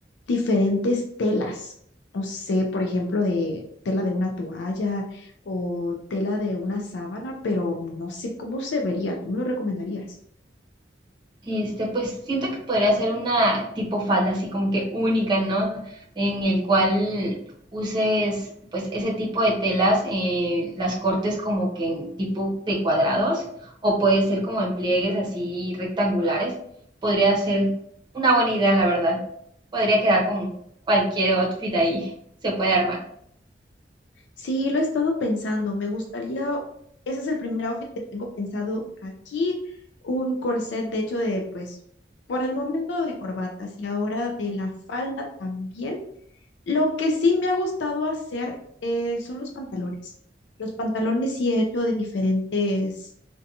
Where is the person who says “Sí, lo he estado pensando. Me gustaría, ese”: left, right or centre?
Left